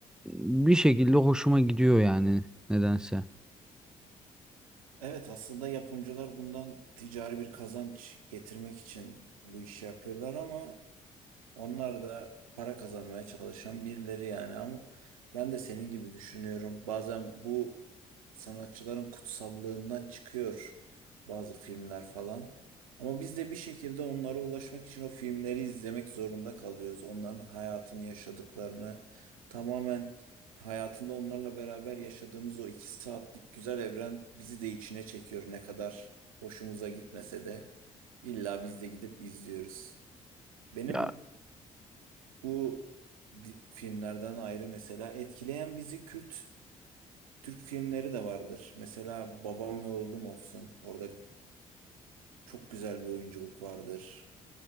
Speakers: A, in the centre; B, on the right.
A: bir şekilde hoşuma gidiyor yani nedense.
B: Evet aslında yapımcılar bundan ticari bir kazanç getirmek için bu işi yapıyorlar ama onlar da para kazanmaya çalışan birileri yani ama ben de senin gibi düşünüyorum. Bazen bu sanatçıların kutsallığından çıkıyor bazı filmler falan. Ama biz de bir şekilde onlara ulaşmak için o filmleri izlemek zorunda kalıyoruz. Onların hayatını yaşadıklarını tamamen hayatında onlarla beraber yaşadığımız o iki saatlik güzel evren bizi de içine çekiyor ne kadar hoşumuza gitmese de. İlla biz de gidip izliyoruz. Benim
A: Ya
B: bu di- filmlerden ayrı mesela etkileyen bizi Kürt Türk filmleri de vardır. Mesela Babam ve Oğlum olsun. Orada çok güzel bir oyunculuk vardır.